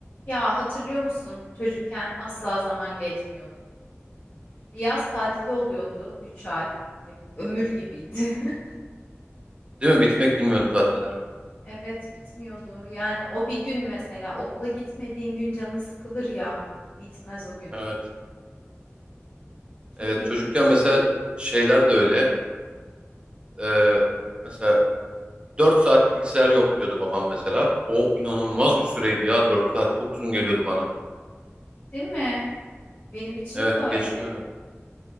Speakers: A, on the left; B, on the right.
A: Ya hatırlıyor musun? Çocukken asla zaman geçmiyordu. Bir yaz tatili oluyordu 3 ay. Ya, Ömür gibiydi. <laughs>
B: Değil mi? Bitmek bilmiyordu tatiller.
A: Evet bitmiyordu. Yani o bir gün mesela okula gitmediğin gün canın sıkılır ya. Bitmez o gün.
B: Evet.
A: Çok
B: Evet
A: ilginç.
B: çocukken mesela şeyler de öyle. Ee, mesela 4 saat bilgisayar yok diyordu babam mesela. O inanılmaz bir süreydi ya 4 saat. Çok uzun geliyordu bana.
A: Değil mi? Benim için
B: Evet
A: de öyle.
B: geçmiyordu.